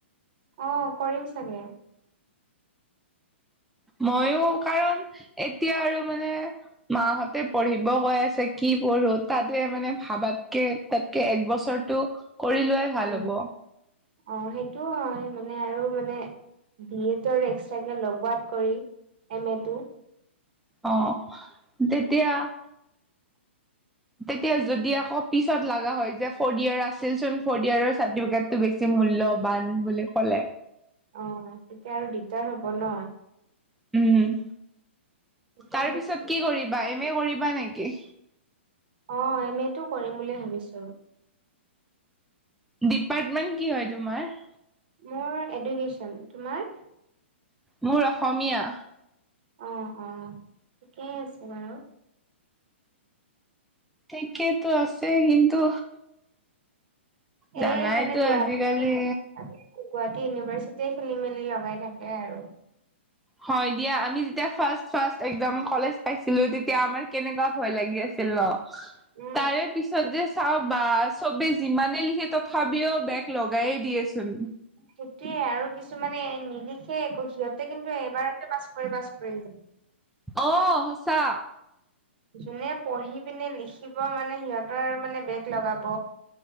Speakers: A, on the right; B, in the centre.
A: অঁ কৰিম চাগে।
B: মইয়ো কাৰণ এতিয়া আৰু মানে- মাহঁতে পঢ়িব কৈ আছে, কি পঢ়ো তাতে মানে ভাবাতকে- তাতকে এক বছৰটো কৰি লোৱাই- ভাল
A: উম
B: হ'ব
A: অঁ সেইটো হয় মানে আৰু মানে- বি এটো আৰু এক্সট্ৰাকে লগোৱাত কৰি এম এ টো।
B: অঁ তেতিয়া- তেতিয়া যদি আকৌ পিছত লগা হয় যে ফৰ্থ ইয়েৰ আছিল চোন, ফৰ্থ ইয়াৰ চাৰ্টিফিকেটটো বেছি- মূল্যৱান বুলি ক'লে।
A: অঁ তেতিয়া আৰু দিগদাৰ হ'ব ন।
B: উম
A: ঠিকে
B: তাৰ
A: আছে।
B: পিছত কি কৰিবা এম এ কৰিবা নেকি?
A: অঁ এম এটো কৰিম বুলি ভাবিছো।
B: ডিপাৰ্টমেন্ট কি হয় তোমাৰ?
A: মোৰ এডুকেশচন তোমাৰ?
B: মোৰ অসমীয়া।
A: অঁ অঁ ঠিকেই আছে বাৰু।
B: ঠিকেইেতো আছে কিন্তু- জানাইতো
A: এই মানে গুৱাহাটী
B: আজিকালি।
A: গুৱাহাটী ইউনিভাৰ্চিটি খেলি মেলি লগাই থাকে আৰু।
B: হয় দিয়া, আমি যেতিয়া ফাৰ্স্ট ফাৰ্স্ট একদম কলেজ পাইছিলো তেতিয়া আমাৰ কেনেকুৱা ভয় লাগি আছে।
A: উম,
B: তাৰে পিছ- চাবজেক্ট চাও বা সবে যিমানে লিখে তথাপিও বেগ লগাইে দিয়েচোন।
A: সেইটোৱে আৰু কিছুমানে নিলিখে একো সিহঁতে কিন্তু এবাৰতে পাছ কৰি পাছ কৰি যায়।
B: অ সঁচা।
A: যোনে পঢ়ি পিনে লিখিব মানে সিহঁতৰ মানে বেগ লগাব।